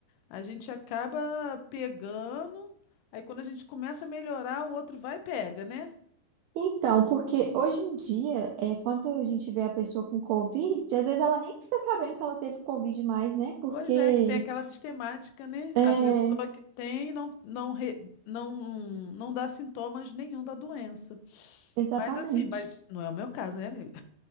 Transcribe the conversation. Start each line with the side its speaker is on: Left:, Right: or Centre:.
Left: A gente acaba pegando, aí quando a gente começa a melhorar, o outro vai e pega, né?
Right: Então, porque hoje em dia, é, quando a gente vê a pessoa com Covid, às vezes ela nem fica sabendo que ela teve Covid mais, né? Porque.
Left: Pois é, que tem aquela sistemática, né?
Right: É,
Left: A pessoa que tem não, não, re- não, não dá sintomas nenhum da doença.
Right: exatamente.
Left: Mas assim, mas não é o meu caso, né, amiga?